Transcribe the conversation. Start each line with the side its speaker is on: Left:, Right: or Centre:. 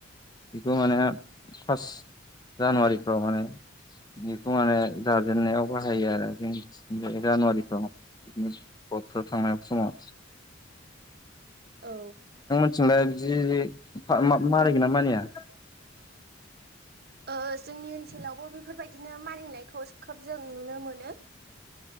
Left: बेखौ माने फार्स्ट जानुवारि माने बेखौ माने जाजेननायाव बाहायो आरो जों बे जानुवारि फोराव बथफ्राव थांनाय समाव
Right: औ।
Left: थिंलाय बिदि फा मा मानिगोन ना मानिया?
Right: ओ जोंनि ओनसोलावबो बेफोरबायदिनो मानिनायखौ खोब जों नुनो मोनो।